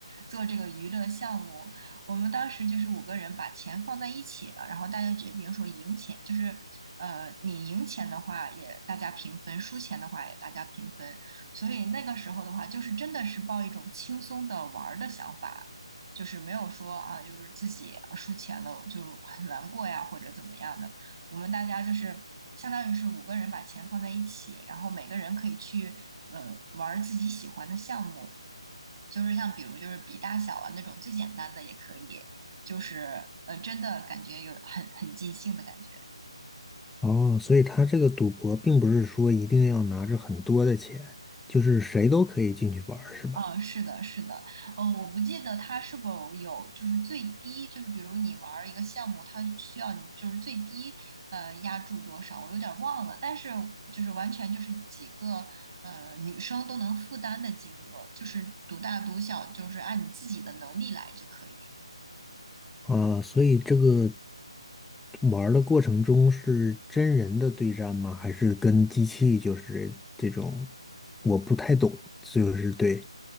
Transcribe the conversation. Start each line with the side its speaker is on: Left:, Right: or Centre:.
Right: 做这个娱乐项目。我们当时就是五个人把钱放在一起了，然后大家决定说赢钱，就是呃，你赢钱的话也大家平分，输钱的话也大家平分。所以那个时候的话，就是真的是抱一种轻松的玩儿的想法，就是没有说啊，就是自己啊输钱了就很难过呀，或者怎么样的。我们大家就是相当于是五个人把钱放在一起，然后每个人可以去呃玩儿自己喜欢的项目，就是像比如就是比大小啊那种最简单的也可以，就是呃真的感觉有很很尽兴的感觉。
Centre: 哦，所以他这个赌博并不是说一定要拿着很多的钱，就是谁都可以进去玩儿是吧？
Right: 嗯，是的，是的，呃，我不记得它是否有，就是最低，就是比如你玩儿一个项目，它需要你就是最低，呃，压注多少，我有点儿忘了，但是就是完全就是几个呃女生都能负担的金额，就是独大独小，就是按你自己的能力来就可以。
Centre: 啊，所以这个玩儿的过程中是真人的对战吗？还是跟机器就是这种？我不太懂，就是对，